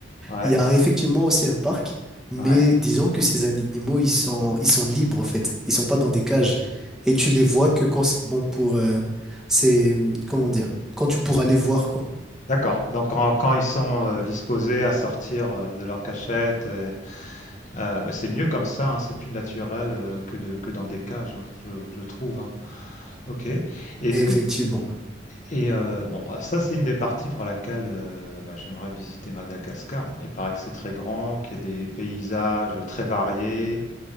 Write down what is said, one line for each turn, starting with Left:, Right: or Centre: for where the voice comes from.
Left: ouais,
Centre: il y a effectivement aussi un parc, mais
Left: ouais,
Centre: disons que ces animaux, ils sont, ils sont libres en fait. Ils sont pas dans des cages. Et tu les vois que quand c'est bon pour... euh, c'est, comment dire? Quand tu pourras les voir, quoi.
Left: d'accord, donc quand quand ils sont, heu, disposés à sortir, heu, de leur cachette et heu, bah, c'est mieux comme ça, hein, c'est plus naturel, heu, que de que dans des cages, hein, je je trouve, hein. OK. Et est-ce
Centre: Effectivement.
Left: que et heu, bon, alors ça, c'est une des parties pour laquelle, heu, bah, j'aimerais visiter Madagascar. Bon, il paraît que c'est très grand, qu'il y a des paysages très variés